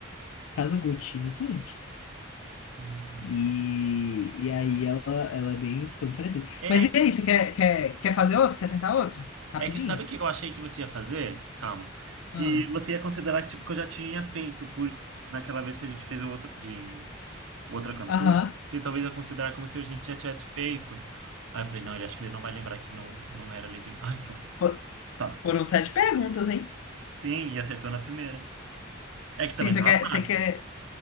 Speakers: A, on the left; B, on the right.
A: Casa Gucci, exatamente.
B: Hum.
A: E, e aí ela, ela é bem, fica bem parecida.
B: É
A: Mas e aí, você quer, quer, quer fazer outro? Quer tentar outro? Rapidinho?
B: É que sabe o que eu achei que você ia fazer? Calma. Que
A: Ah,
B: você ia considerar que, tipo, que eu já tinha feito por naquela vez que a gente fez o outro, de outra cantora.
A: aham.
B: Você talvez ia considerar como se a gente já tivesse feito. Aí eu falei, não, ele acho que ele não vai lembrar que não, não era Lady Gaga. Ai, que ótimo.
A: Fo-
B: Tá.
A: Foram sete perguntas, hein?
B: Sim, e acertou na primeira. É que
A: Sim,
B: também
A: você
B: tava
A: quer,
B: fácil.
A: você quer...